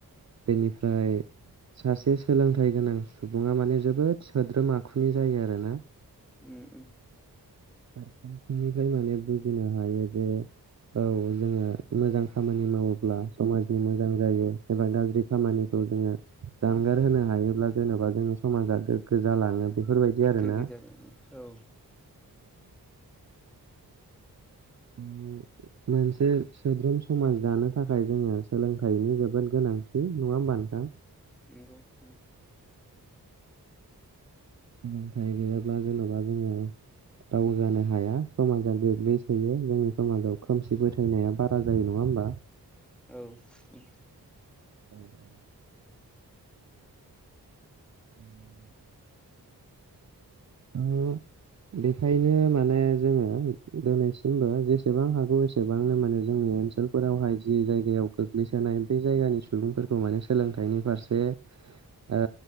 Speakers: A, on the right; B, in the centre.
A: बेनिफ्राय सासे सोलोंथाइ गोनां सुबुङा माने जोबोद सोद्रोम आखुनि जायो आरो ना।
B: उम उम
A: फारफ्रोमथिंनिफ्राय माने बुजिनो हायो जे औ जोङो मोजां खामानि मावोब्ला समाजनि मोजां जायो एबा गाज्रि बे खामानिखौ जोङो जानगार होनो हायोब्ला जेन'बा जोङो समाजा गोग्गो जालाङो। बेफोरबायदि आरोना
B: गोग्गो जागोन ओं औ
A: <inaudible> मोनसे सोद्रोम समाज दानो थाखाय जोङो सोलोंथाइनि जोबोद गोनां है नङा होनबा नोंथां
B: नोंगौ ओं
A: नाथाइ गैयाब्ला जेनेबा जोङो दावगानो हाया समाजा गोग्लैसोयो जोंनि समाजाव खोमसि फोथायनाया बारा जायो नङा होमबा
B: औ नंगौ।
A: औ औ <inaudible> औ बेखायनो माने जोङो दिनैसिमबो जेसेबां हागौ एसेबांनो माने जोंनि ओनसोलफोरावहाय जि जायगायाव गोग्लैसोनाय बे जायगानि सुबुंफोरखौ माने सोलोंथाइनि फारसे ओ